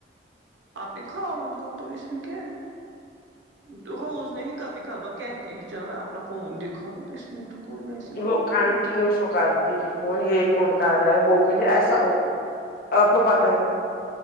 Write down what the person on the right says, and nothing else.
آپ کے کھاوان کا تو اس میں کیا ہے روز نہیں کبھی کبار کہتے ہیں جدا اپنا فون دکھاؤ اس میں تو کوئی ویسی
بات
نہیں